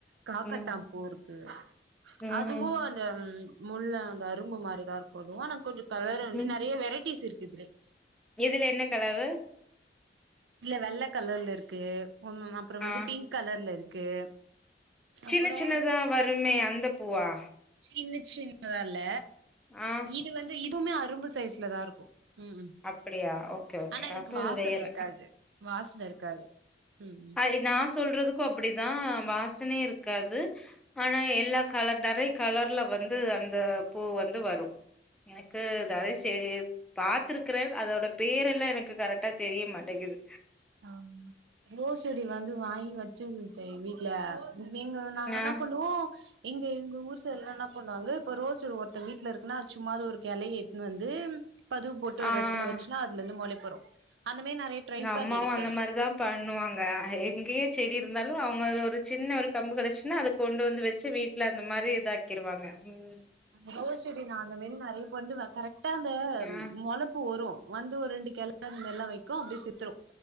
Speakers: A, on the right; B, in the centre.
A: காக்கட்டா
B: ம்
A: பூ இருக்கு
B: ம்
A: அதுவு அ அந்த முள்ள அந்த அரும்பு மாரிதா இருக்க அதுவு ஆனா கொஞ்சோ கலர் வந்து
B: ம்
A: நெறைய வெரைட்டிஸ் இருக்கு இதுலயே
B: இதுல என்ன கலரு
A: இல்ல வெள்ள கலர்ல இருக்கு ம் ம் அப்பறோ வந்து
B: ஆ
A: பிங்க் கலர்ல இருக்கு
B: சின்ன
A: அப்றோ
B: சின்னதா வருமே அந்த பூவா
A: சின்ன சின்னதா இல்ல
B: ஆ
A: இது வந்து இதுமே அரும்பு சைஸ்ல தா இருக்கும் ம்
B: அப்டியா ஓகே ஓகே
A: ஆனா இதுக்கு
B: அப்ப
A: வாசல்
B: இது வேற
A: இருக்காது வாசன இருக்காது ம் ம்
B: அது நா சொல்றதுக்கும் அப்படிதா வாசனையே இருக்காது ஆனா எல்லா கலர் நிறைய கலர்ல வந்து அந்த பூ வந்து வரும் எனக்கு
A: ம்
B: நிறைய சரி பாத்துருக் ரே அதோட பேர் எல்லா எனக்கு கரெக்டா தெரிய மாட்டேங்கிது
A: ஆ ரோஸ் செடி வந்து வாங்கி வச்ச இருந்த வீட்டு்ல நீங்க நாங்க
B: ஆ
A: என்ன பண்ணுவோ எங்க எங்க ஊர் சைட் எல்லா என்ன பண்ணுவாங்க இப்ப ரோச ஒருத்தர் வீட்டுல இருக்குன்னா சும்மாத ஒரு கிளைய எட்டுன்னு வந்து பதுவு போட்டு ஒரு
B: ஆ
A: இடத்துல வச்சுன்னா அதுலந்து முளைப்பு வரும் அந்த மாதிரி நிறைய ட்ரை பண்ணிருக்கே
B: அம்மாவும் அந்த மாி து தா பண்ணுவாங்க எங்கேயே செடி இருந்தாலு அவங்க சின்ன ஒரு கம்பு கிடைச்சுன்னா அதுக் கொண்டு வந்து வச்சு வீட்டுல அந்த மாதிரி இதாக்கிருவாங்க ம்
A: ரோஸ் செடி நா அந்த மாரி நிறைய பண்ணுவே கரெக்டா அந்த
B: ஆ
A: மொள பூ வரும் வந்து ஒரு ரெண்டு கிழ அ எல்லா வைக்கும் அப்படியே செத்துரும்